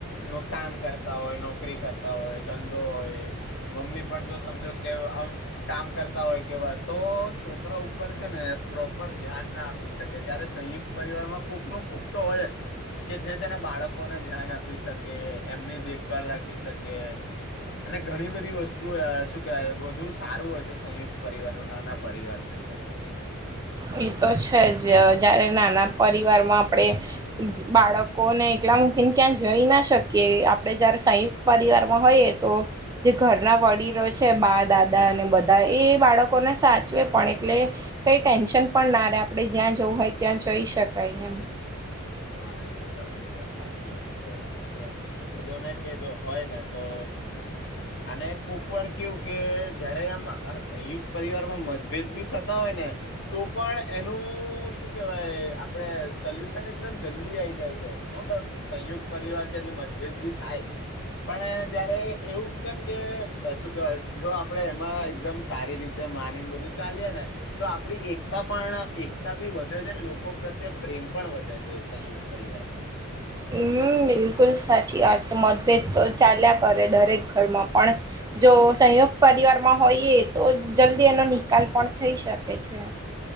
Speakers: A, on the left; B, on the right.
A: નું કામ કરતા હોય નોકરી કરતા હોય હોય ધંધો હોય મમ્મી પણ જો સમજો કે આમ કામ કરતા હોય કેવા તો છોકરા ઉપર છે ને પ્રોપર ધ્યાન ના આપી શકે જયારે સંયુક્ત પરિવારમાં કૂક નું કૂક તો હોય જ કે જે બાળકોને ધ્યાન આપી શકે એમની દેખભાલ રાખી શકે અને ઘણી બધી બધી વસ્તુ શું કેવાય બધુ સારું હોય છે સંયુક્ત પરિવાર ન નાના પરિવાર કરતા
B: હ એ તો છે જ જયારે નાના પરિવાર માં આપડે બાળકો ને એલા ક્યાં જઈ ના શકીએ આપડે જયારે સાહી પરિવાર માં હોઈએ તો જે ઘરના વ ડી રહ્યો છે બા દાદા અને બધા એ બાળકોને સાચવે પણ એટલે કઈ ટેન્શન. પણ નારે આપડણે જ્યાં જવું હોય ત્યાં જઈ શકાય એમ.
A: હા એકદમ એકદમ સાચી વાત છે એની અંદર કે જોને કે જો હોય ને તો. તો. અને કોક વાર કેવું કે જયારે આમ સંયુક્ત પરિવાર માં મતભેદ બી થતા હોય ને. તો પણ એનું શું કેવાય આપડે સોલ્યુશન એકદમ. જલ્દી આઈ જાય છે નો ડાઉટ સંયુક્ત પરિવાર છે એટલે મતભેદ બી થાય. પણ જયારે એવું કેમ કે શું કેવાય જો આપડે એમાં એકદમ સારી રીત માની ને બધું ચાલે ને તો આપ એકતા પણ એકતા બી વધે છે ને લોકો પ્રત્યે પ્રેમ. પણ વધે છે સંયુક્ત પરિવારમાં.
B: હમ્મ બિલકુલ સાચી વાત છે મતભેદ તો ચાલ્યા કરે દરેક ઘરમાં પણ. જો સંયોુક્ત પરિવારમાં હોઈએ તો જલ્દી એનો નિકાલ પણ થઈ શકે છે.